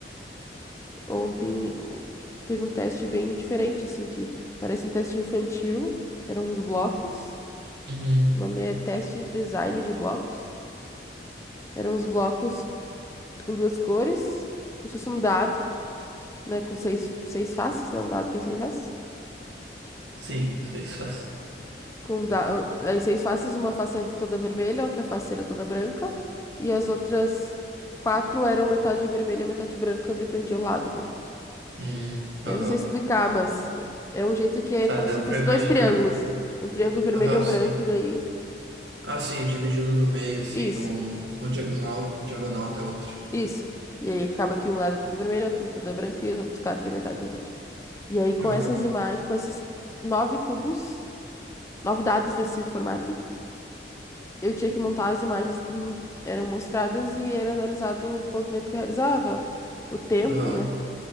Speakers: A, on the left; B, on the right.
A: ontem eu- teve um teste bem diferente, assim, que parece um teste infantil, que eram uns blocos.
B: uhum.
A: O nome é Teste de Design de Blocos. Eram uns blocos com duas cores, como se fosse um dado, né? Com seis, seis faces, não, um dado tem seis faces.
B: Sim, sei só.
A: Com um da... ah, aí seis faces, uma face é toda vermelha, outra face era toda branca, e as outras quatro eram metade vermelha e metade branca, dependia do lado daí.
B: Uhum,
A: Eu
B: aham.
A: não sei explicar, mas é um jeito que é
B: Tá,
A: como
B: deu
A: se fosse
B: pra imaginar.
A: dois triângulos. Um triângulo vermelho
B: Aham,
A: e um
B: sim.
A: branco, e daí.
B: Ah, sim, é dividido no meio, assim,
A: Isso.
B: de um, uma diagonal, diagonal até outra.
A: Isso. E aí acaba que um lado é todo vermelho, outro é todo é branco e os outros quatro é metade, metade. E aí com
B: Aham,
A: essas imagens, com esses nove cubos, nove dados desse formato, eu tinha que montar as imagens que me eram mostradas e era analisado o movimento que eu realizava, o tempo,
B: aham.
A: né?